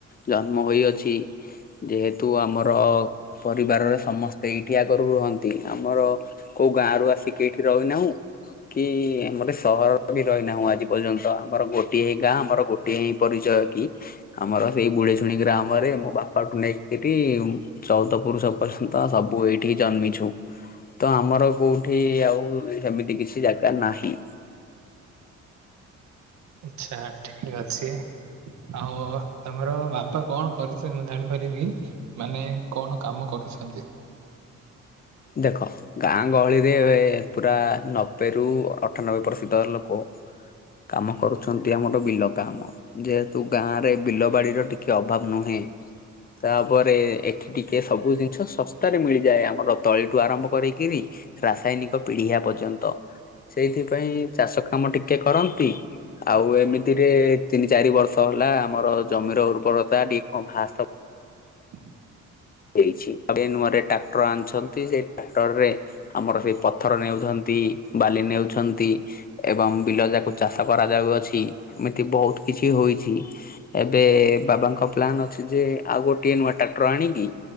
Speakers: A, on the left; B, on the right.
A: ଜନ୍ମ ହୋଇଅଛି ଯେହେତୁ ଆମର ପରିବାରର ସମସ୍ତେ ଏଇଠି ଆଗ ରୁହନ୍ତି ଆମର କୋଉ ଗାଁ ରୁ ଆସି ଟିକେ ଏଠି ରହିନାହୁଁ। କି <unintelligible> ସହର ବି ରହିନାହୁଁ ଆଜି ପର୍ଯ୍ୟନ୍ତ ଆମର ଗୋଟିଏ ହିଁ ଗାଁ ଆମର ଗୋଟିଏ ହିଁ ପରିଚୟ କି? ଆମର ସେଇ ବୁଢେ ଶୁଣି ଗ୍ରାମରେ ମୋ ବାପାଠୁ ନେଇକିରି ଚଉଦ ପୁରୁଷ <unintelligible> ସବୁ ଏଇଠିକି ଜନ୍ମିଛୁ। ତ ଆମର କୋଉଠି ଆଉ ସେମିତି କିଛି ଜାଗା ନାହିଁ।
B: ଆଚ୍ଛା ଠିକ୍ ଅଛି। ଆଉ ତମର ବାପା କଣ କରୁଚ ମୁଁ ଜାଣିପାରିବି? ମାନେ କଣ କାମ କରୁଛନ୍ତି?
A: ଦେଖ ଗାଁ ଗହଳିରେ ପୁରା ନବେ ରୁ ଅଠାନବେ ପ୍ରଶିତ ଲୋକ। କାମ କରୁଛନ୍ତି ଆମର ବିଲ। କାମ ଯେହେତୁ ଗାଁ ରେ ବିଲ ବାଡିର ଟିକେ ଅଭାବ ନୁହେଁ। ତାପରେ ଏ ଟିକେ ସବୁ ଜିନିଷ ଶସ୍ତାରେ ମିଳିଯାଏ ଆମର ତଳିଠୁ ଆରମ୍ଭ କରିକିରି। ରାସାୟିନିକ ପିଡିଆ ପର୍ଯ୍ୟନ୍ତ ସେଇଥିପାଇଁ ଚାଷ କାମ ଟିକେ କରନ୍ତି। ଆଉ ଏମିତିରେ ତିନି ଚାରି ବର୍ଷ ହେଲା ଆମର ଜମିର ଉର୍ବରତା <unintelligible>
B: ହ
A: ହେଇଛି <unintelligible> ନୂଆରେଟ ଟା ଟ୍ର ଆଣିଛନ୍ତି ସେଇ ଟ୍ରାକ୍ଟରରେ ଆମର ସେଇ ପଥର ନେଉଛନ୍ତି। ବାଲି ନେଉଛନ୍ତି। ଏବଂ ବିଲ ଜାକୁ ଚାଷ କରାଯାଉଅଛି ଏମିତି ବହୁତ କିଛି ହୋଇଛି। ଏବେ ବାବାଙ୍କ ପ୍ଲାନ୍ ଅଛି ଯେ ଆଉ ଗୋଟିଏ ନୂଆ ଟ୍ରାକ୍ଟର ଆଣିବି।